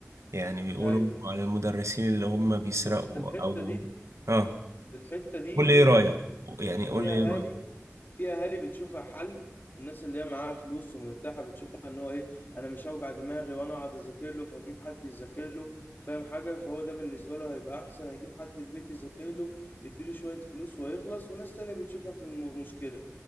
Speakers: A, on the right (about 75°); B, on the left (about 40°).
A: يعني بيقولوا
B: ايوه
A: على المدرسين اللي هم بيسرقوا
B: بص في الحته
A: او
B: دي
A: اه
B: في الحته دي
A: قول
B: في
A: لي ايه رايك يعني قول
B: في
A: لي
B: اهالي
A: ايه رايك
B: في اهالي بتشوفها حل الناس اللي هي معاها فلوس ومرتاحه بتشوفها ان هو ايه انا مش هوجع دماغي وانا اقعد اذاكر له فاجيب حد يذاكر له فاهم حاجه فهو ده بالنسبه له هيبقى احسن اجيب حد البيت يذاكر له يديله شويه فلوس ويخلص وناس تانية بتشوفها في المشكله